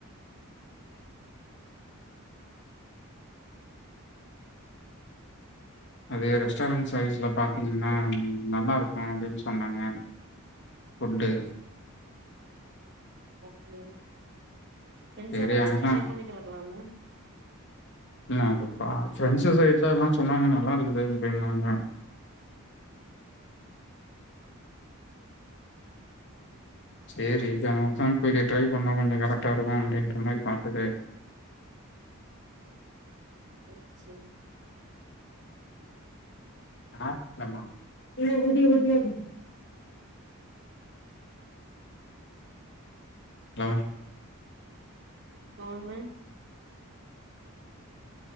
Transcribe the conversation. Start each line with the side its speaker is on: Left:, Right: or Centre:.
Left: அது ரெஸ்டாரன்ட் சைஸ்ல பாத்தீங்கன்னா நல்லா இருக்கு அப்டின் சொன்னாங்க புஃட்டு
Right: ஓகே ஃப்ரெண்ஸோட
Left: சரி
Right: ஃபர்ஸ்டு
Left: அதா
Right: ட்ரை பண்ணிட்டு வர்லால
Left: ம் அது பா ப்ரெண்ட்ஸ் சைட்லலா சொன்னாங்க நல்லாருக்குது அப்டினாங்க <inaudible> சேரி <unintelligible> போய்ட்டு ட்ரை பண்ணா கொஞ்ச கரெக்டா இருக்கு அப்டின்ற மாரி பாத்தது <inaudible>
Right: அ செரி
Left: ஆப்லமா இன்னோ உதிய உதிய <inaudible> ஹலோ
Right: வாங்க